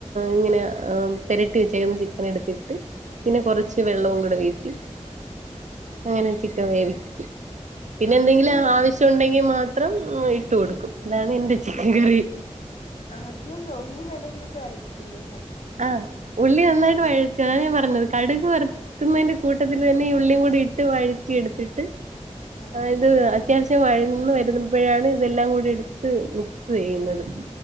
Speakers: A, on the right; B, on the left.
A: ഇങ്ങനെ പരട്ടി വെച്ച ചിക്കെൻ എടുത്തിട്ട് പിന്നെ കുറച്ച് വെള്ളവും കൂടെ വീട്ടി അങ്ങനെ ചിക്കൻ വേവിക്ക പിന്നെ
B: ആദ്യം
A: എന്തെങ്കിലും ആവശ്യം ഉണ്ടെങ്കിൽ മാത്രം ഇട്ട കൊടുക്കും അതാണ് എന്റെ ചിക്കൻ കറി
B: ആ അതന്നോ ഉള്ളി നല രീതിക്ക വായിട്ടിട്ടില്ലേ
A: ആഹ് ഉള്ളി നന്നായിട്ട് വഴറ്റതാണ് ഞാൻ പറഞ്ഞത് കടുക് വറുത്ത നിൽക്കുന്നതിന്റെ കൂട്ടത്തിൽ
B: ആഹ്
A: തന്നെ
B: ആഹ്
A: ഈ ഉള്ളിയ കൂടി ഇട്ട് വഴറ്റി എടുത്തിട്ട്
B: ആഹ്
A: ഇത് അത്യാവശ്യം വഴന്ന് വരും പോയാണ് ഇതെല്ലാം കൂടി എടുത്ത് മിക്സ് ചെയ്യുന്നത്